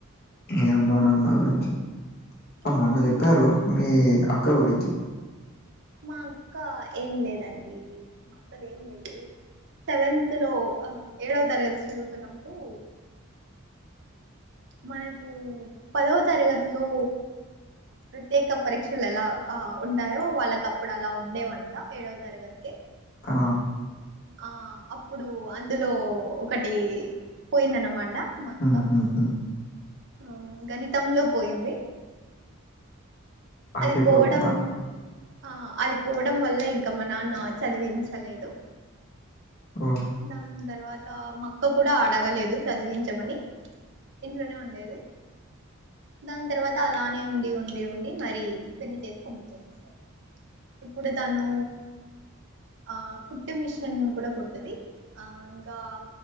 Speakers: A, on the left (about 45°); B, on the right (about 55°).
A: మీ అమ్మ నాన్న గురించి ఆ
B: మా
A: మొన్న
B: అమ్మ
A: చెప్పారు
B: నాన్న
A: మీ అక్క గురించి
B: మా అక్క ఏం లేదండి మా అక్కది ఏం లేదు సెవెన్త్ లో ఏడవ తరగతి చదువుతున్నప్పుడు మనకు పదవ తరగతిలో ప్రత్యేక పరీక్షలు ఎలా ఉంటాయో వాళ్ళకి అప్పుడు అలా ఉండేవంట ఏడవ తరగతికే
A: ఆ
B: ఆ అప్పుడు అందులో ఒకటి పోయిందన్నమాట మా అక్క
A: హ్మ్. హ్మ్. హ్మ్.
B: ఆ గణితంలో పోయింది
A: అదే
B: అది పోవడం
A: పాపం అద్
B: ఆ అది పోవడం వల్ల ఇంకా మా నాన్న చదివించలేదు
A: ఓ
B: దాని తర్వాత మా అక్క కూడా అడగలేదు చదివించమని ఇంట్లోనే ఉండేది దాని తర్వాత అలానే ఉండి ఉండి ఉండి మరి పెళ్లి చేసి పంపించేసేసారు ఇప్పుడు తను ఆ కుట్టు మిషన్ కూడా కుడుతది ఆ ఇంకా